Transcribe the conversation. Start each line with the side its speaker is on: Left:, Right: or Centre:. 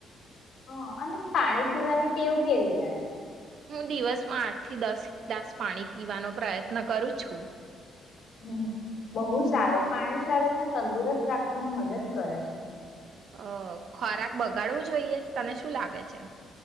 Left: હ અને પાણી પીવાની ટેવ કેવી તારી
Right: હું દિવસમાં આઠ થી દસ ગ્લાસ પાણી પીવાનો પ્રયત્ન કરું છું
Left: હમ બહુ સારું પાણી શરીર ને તંદુરસ્ત રાખવામાં મદદ કરે છે
Right: અ ખોરાક બગાડવું જોઈએ તને શું લાગે છે